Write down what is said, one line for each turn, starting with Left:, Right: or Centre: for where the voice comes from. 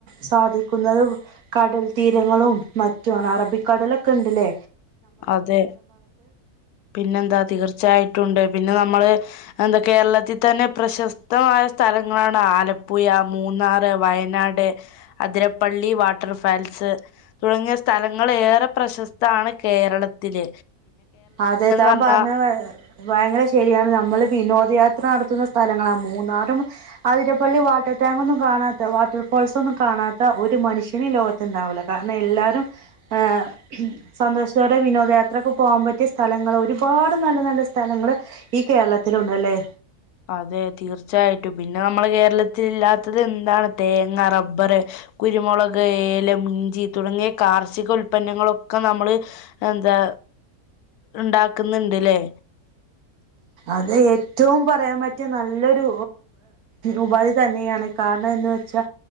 Right: സാധിക്കുന്നത് കടൽ തീരങ്ങളും മറ്റുവാണ് അറബിക്കടലൊക്കെ ഉണ്ടില്ലേ?
Left: അതെ പിന്നെന്താ തീർച്ചയായിട്ടുണ്ട് പിന്നെ നമ്മള് എന്താ കേരളത്തിൽ തന്നെ പ്രശസ്തമായ സ്ഥലങ്ങളാണ് ആലപ്പുഴ, മൂന്നാർ, വയനാട്, അതിരപ്പള്ളി വാട്ടർ ഫാൽസ് തുടങ്ങിയ സ്ഥലങ്ങൾ ഏറെ പ്രശസ്താണ് കേ കേരളത്തില്.
Right: അതെ താൻ
Left: പറഞ്ഞാ
Right: പറഞ്ഞ ഭയങ്കര ശരിയാണ് നമ്മള് വിനോദയാത്ര നടത്തുന്ന സ്ഥലങ്ങളാണ് മൂന്നാറും ആതിരപ്പള്ളി വാട്ടർ ടാങ്ക്ൊന്നും കാണാത്ത വാട്ടർ ഫോൾസൊന്നും കാണാത്ത ഒരു മനുഷ്യന്ും ലോകത്ത്ുണ്ടാവില്ല കാരണം എല്ലാരരും ഹ സന്തോഷത്തോടെ വിനോദയാത്രൊക്കെ പോകാൻ പറ്റ മറ്റ സ്ഥലങ്ങൾ ഒരുപാട് നല്ല നല്ല സ്ഥലങ്ങള്ൾ ഈ കേരളത്തിണ്ടല്ലേ
Left: അതെ തീർച്ചയായിട്ടും പിന്നെ നമ്മെ കേരളത്തി ഇല്ലാത്തത് എന്താണ് തേങ്ങ റബ്ബർ കുരുമുളക് ഏല ഇഞ്ചി തുടങ്ങിയ കാർഷിക ഉൽപന്നങ്ങളൊക്കെ നമ്മള് എന്താ ഉണ്ടാക്കുന്നുണ്ട്ല്ലേ
Right: അത് ഏറ്റവും പറയാൻ പറ്റിയ നല്ലൊരു ഉപാധി തന്നെയാണ് കാരണം എന്ന് വെച്ചാ